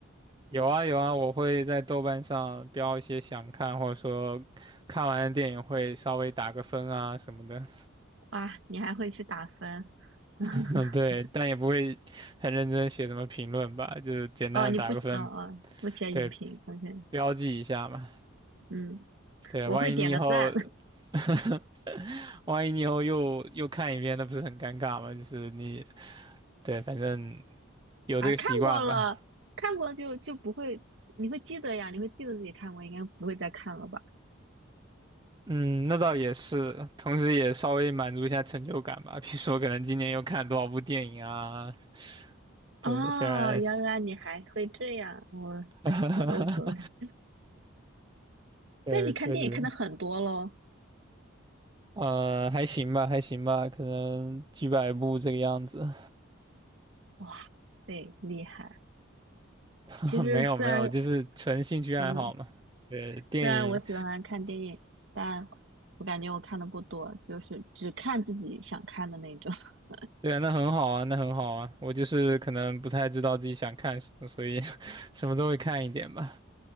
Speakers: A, on the right; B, on the right.
A: 有啊有啊，我会在豆瓣上标一些想看，或者说看完的电影会稍微打个分啊什么的。
B: <laughs> 啊，你还会去打分？<laughs>
A: <laughs> 嗯，对，但也不会很认真写什么评论吧，就是简单的打个分，
B: 哦，你不写，哦哦，不写影评，OK，
A: 对，标记一下嘛。
B: 嗯，
A: 对，
B: 我会点个赞
A: 万一你以后，<laughs> 万一你以后又又看一遍，那不是很尴尬吗？就是你，对，反正
B: <laughs>
A: 有这个习惯吧。
B: 啊，看过了，看过就就不会，你会记得呀，你会记得自己看过，应该不会再看了吧？
A: 嗯，那倒也是，同时也稍微满足一下成就感吧。比如说，可能今年又看了多少部电影啊？对，
B: 哦，
A: 虽然，
B: 原来你还会这样，我，哎，
A: <laughs>
B: 我都无所谓，<laughs> 所以你看电影看的很多喽。
A: 对，确实，呃，还行吧，还行吧，可能几百部这个样子。
B: 哇对，厉害！
A: <laughs>
B: 其实虽然，
A: 没有没有，就是纯兴趣爱好嘛。
B: 嗯，
A: 对，电影，
B: 虽然我喜欢看电影，但我感觉我看的不多，就是只看自己想看的那种。<laughs>
A: 对啊，那很好啊，那很好啊。我就是可能不太知道自己想看什么，所以 <laughs> 什么都会看一点吧。